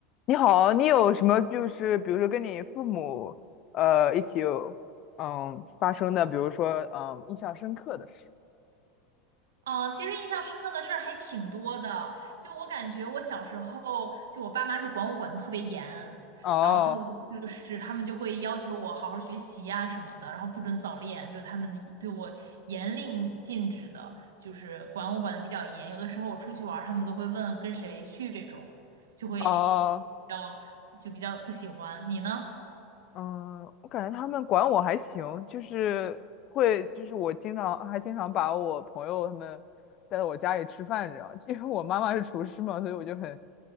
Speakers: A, on the left; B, on the right.
A: 你好，你有什么就是比如说跟你父母呃一起有嗯发生的，比如说嗯印象深刻的事？
B: 啊、其实印象深刻的事儿还挺多的。就我感觉，我小时候就我爸妈就管我管得特别严，
A: 哦
B: 然后就是他们就会要求我好好学习呀、什么的，然后不准早恋，就他们对我严令禁止的，就是管我管得比较严。有的时候我出去玩儿，他们都会问跟谁去这种，就会比
A: 哦，
B: 较就比较不喜欢。你呢？
A: 嗯，我感觉他们管我还行，就是会就是我经常还经常把我朋友他们带到我家里吃饭这样，<laughs> 因为我妈妈是厨师嘛，所以我就很